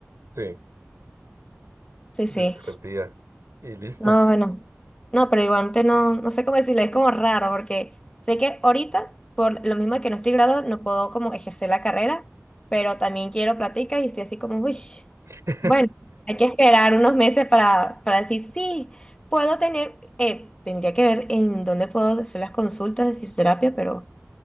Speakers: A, on the right; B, on the left.
A: Sí,
B: Sí, sí.
A: estar al día. Y listo.
B: No, bueno, no, pero igualmente no, no sé cómo decirle, es como raro porque sé que ahorita, por lo mismo que no estoy graduado, no puedo como ejercer la carrera, pero también quiero plática y estoy así como, uy,
A: <laughs>
B: bueno, hay que esperar unos meses para, para decir, sí, puedo tener, eh, tendría que ver en dónde puedo hacer las consultas de fisioterapia, pero,